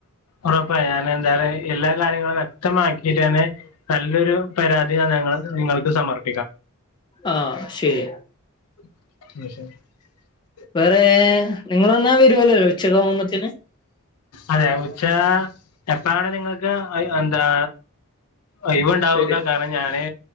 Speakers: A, on the left (about 85°); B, on the left (about 20°).
A: ഉറപ്പ ഞാൻ എന്താ എല്ലാ കാര്യങ്ങളും വ്യക്തമാക്കിട്ട് തന്നെ നല്ലൊരു പരാതി ഞങ്ങൾ നിങ്ങൾക്ക് സമർപ്പിക്ക
B: ആഹ ശരി
A: <unintelligible>
B: വേറെ നിങ്ങളന്നാ വരുവല്ലേ ഉച്ചക്ക് ആകുമ്പോത്തന്
A: അതെ ഉച്ച എപ്പഴാണ് നിങ്ങക്ക് എന്താ ഒയ്വ് ഉണ്ടാവ്ക
B: ഒരു
A: കാരണം ഞാന്